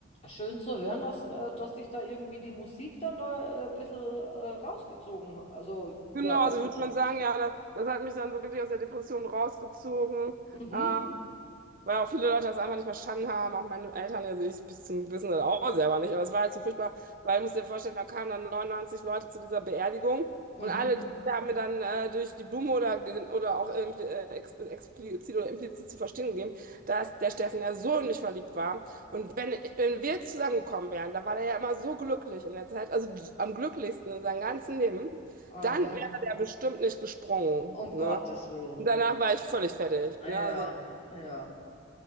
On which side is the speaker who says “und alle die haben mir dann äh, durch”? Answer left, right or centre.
Right